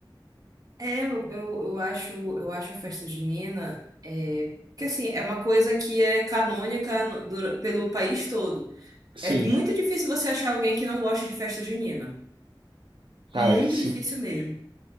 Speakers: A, on the right; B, on the right.
A: É, eu, eu, eu acho, eu acho a festa junina, é, que assim, é uma coisa que é canônica no- dura- pelo país todo.
B: Sim,
A: É muito difícil você achar alguém que não gosta de festa junina.
B: cara,
A: Muito
B: que se,
A: difícil mesmo.